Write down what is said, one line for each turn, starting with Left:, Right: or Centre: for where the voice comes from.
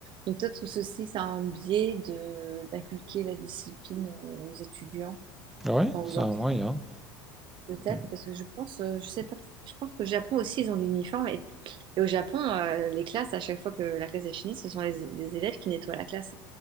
Right: Donc, toi, tout ceci, ça a un biais de d'inculquer la discipline euh, aux étudiants,
Centre: Ouais,
Right: enfin,
Centre: c'est
Right: aux enfants.
Centre: un moyen.
Right: Peut-être,
Centre: Mm.
Right: parce que je pense, euh, je sais pas, peut-être- je pense qu'au Japon aussi, ils ont l'uniforme. Et, et au Japon, euh, les classes, à chaque fois que la classe est finie, ce sont les, les élèves qui nettoient la classe.